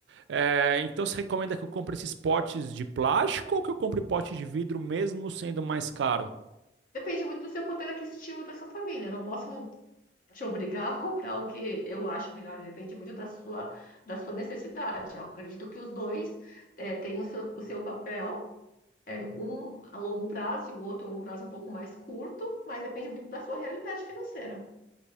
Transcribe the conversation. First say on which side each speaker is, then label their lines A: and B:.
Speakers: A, on the right; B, on the left.
A: É, então você recomenda que eu compre esses potes de plástico ou que eu compre pote de vidro mesmo sendo mais caro?
B: Depende muito do seu poder aquisitivo da sua família. Não posso te obrigar a comprar o que eu acho melhor, depende muito da sua, da sua necessidade. Eu acredito que os dois eh, têm o seu, o seu papel, eh, um a longo prazo e o outro um prazo um pouco mais curto, mas depende muito da sua realidade financeira.